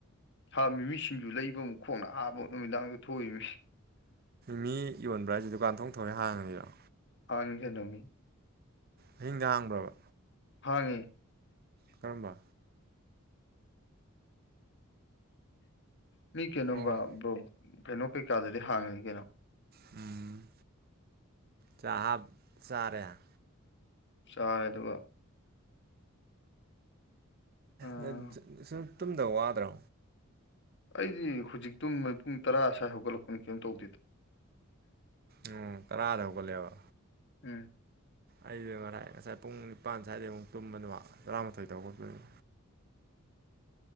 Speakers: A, on the left; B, on the right.
A: ꯁꯥ ꯃꯤꯃꯤꯁꯤꯡꯁꯨ ꯂꯩꯕ ꯑꯃꯨꯛ ꯈꯣꯡꯅ ꯑꯥꯕ ꯅꯨꯃꯤꯗꯥꯡꯗ ꯊꯣꯛꯏꯃꯤ
B: ꯃꯤ ꯌꯣꯟꯕ꯭ꯔꯥ ꯍꯥꯏꯁꯦ ꯗꯨꯀꯥꯟ ꯊꯣꯛꯣꯡ ꯊꯣꯡꯅꯦ ꯍꯥꯡꯉꯅꯤꯔꯣ
A: ꯐꯪꯉꯤ ꯀꯩꯅꫭ ꯃꯤ
B: ꯑꯍꯤꯡꯗꯥ ꯍꯥꯡꯕ꯭ꯔꯕ
A: ꯍꯪꯉꯦ
B: ꯀꯔꯝꯕ
A: ꯅ ꯀꯩꯅꯣ
B: ꯑꯣ
A: <unintelligible> ꯀꯩꯅꯣ ꯀꯩꯀꯥꯗꯨꯗꯤ ꯍꯥꯡꯉꯤ ꯀꯩꯅꯣ
B: ꯎꯝ ꯆꯞ ꯆꯥꯔꯦ
A: ꯆꯥꯔꯦ ꯑꯗꯨꯒ ꯑꯥ
B: ꯅ ꯁꯨꯝ ꯇꯨꯝꯗꯕ ꯋꯥꯗ꯭ꯔꯣ
A: ꯑꯩꯗꯤ ꯍꯧꯖꯤꯛꯇꯨ ꯄꯨꯡ ꯇꯔꯥ ꯁ꯭ꯋꯥꯏ ꯍꯧꯒꯠꯂꯛꯄꯅꯤ ꯀꯩꯝ ꯇꯧꯗꯦꯗ
B: ꯎꯝ ꯇꯔꯥꯗ ꯍꯧꯒꯠꯂꯦꯕ
A: ꯎꯝ
B: ꯑꯩꯁ ꯉꯔꯥꯏ ꯉꯁꯥꯏ ꯄꯨꯡ ꯅꯤꯄꯥꯟ ꯁ꯭ꯋꯥꯏꯗꯩ ꯑꯃꯨꯛ ꯇꯨꯝꯕꯅꯦꯕ ꯇꯔꯥꯃꯥꯊꯣꯏ ꯇꯧꯒꯛꯇꯣꯏꯅꯤ